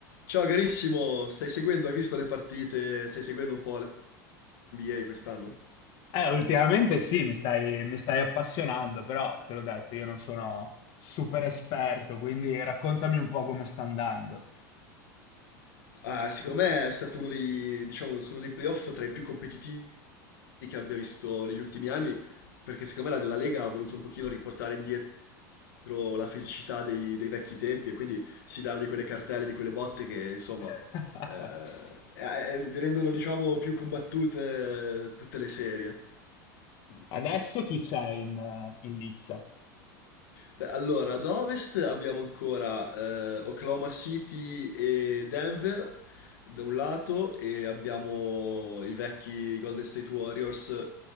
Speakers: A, on the left; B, on the left.
A: Ciao carissimo, stai seguendo, hai visto le partite, stai seguendo un po' l'NBA quest'anno?
B: Eh, ultimamente sì, mi stai, mi stai appassionando, però te l'ho detto, io non sono super esperto, quindi raccontami un po' come sta andando.
A: Ah, secondo me è stato uno dei, diciamo, sono dei playoff tra i più competitivi che abbia visto negli ultimi anni, perché secondo me la, la Lega ha voluto un pochino riportare indietro la fisicità dei, dei vecchi tempi e quindi si danno di quelle cartelle, di quelle botte che insomma
B: <laughs>
A: eh, eh, rendono diciamo più combattute eh, tutte le serie.
B: Adesso chi c'è in, eh, in Lizza?
A: Beh, allora, ad ovest abbiamo ancora eh, Oklahoma City e Denver, da un lato e abbiamo i vecchi Golden State Warriors